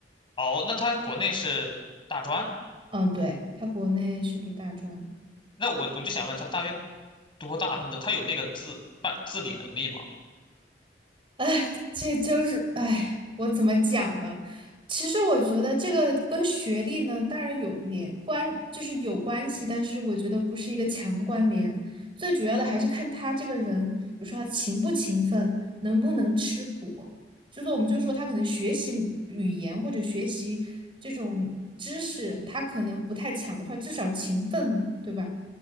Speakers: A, on the left (about 30°); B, on the right (about 30°).
A: 哦，那他国内是大专？
B: 嗯，对，他国内是读大专。
A: 那我我就想问他，大学多大？他能他有那个自办自理能力吗？
B: 哎，这就是哎，我怎么讲呢？其实我觉得这个跟学历呢，当然有连关，就是有关系，但是我觉得不是一个强关联。最主要的还是看他这个人，比如说他勤不勤奋，能不能吃苦。就是我们就说他可能学习语言或者学习这种知识，他可能不太强的话，至少勤奋嘛，对吧？